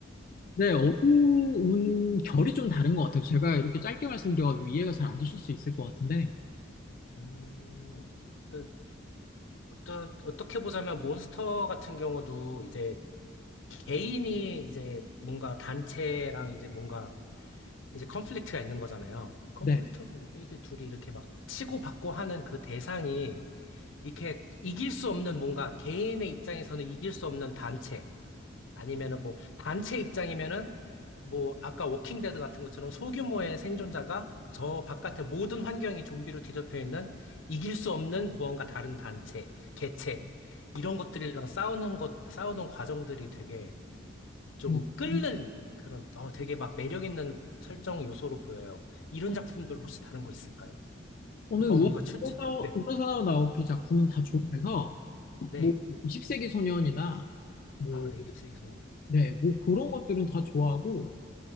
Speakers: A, on the left; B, on the left.
A: 네, 어두운 결이 좀 다른 것 같아요. 제가 이렇게 짧게 말씀드려가지고 이해가 잘 안 되실 수 있을 것 같은데,
B: 음. 그, 어떤, 어떻게 보자면 몬스터 같은 경우도 이제 개인이 이제 뭔가 단체랑 이제 뭔가 이제 컨플릭트가 있는 거잖아요. 컨플릭트,
A: 네.
B: 뭐 이게 둘이 이렇게 막 치고받고 하는 그 대상이 이렇게 이길 수 없는 뭔가 개인의 입장에서는 이길 수 없는 단체 아니면은 뭐 단체 입장이면은 뭐 아까 워킹 데드 같은 것처럼 소규모의 생존자가 저 바깥의 모든 환경이 좀비로 뒤덮여 있는 이길 수 없는 무언가 다른 단체, 개체 이런 것들이랑 싸우는 것 싸우는 과정들이 되게 좀
A: 음,
B: 끓는
A: 음,
B: 그런 어 되게 막 매력 있는 설정 요소로 보여요. 이런 작품들 혹시 다른 거 있을까요?
A: 오늘
B: 어
A: 우어-
B: 뭔가 추측?
A: 우러사-
B: 네.
A: 우러사나와 나오키 작품은 다 좋아해서
B: 네.
A: 뭐 20세기 소년이나 뭐,
B: 아, 네. 잎새기 소년.
A: 네, 뭐 그런 것들은 다 좋아하고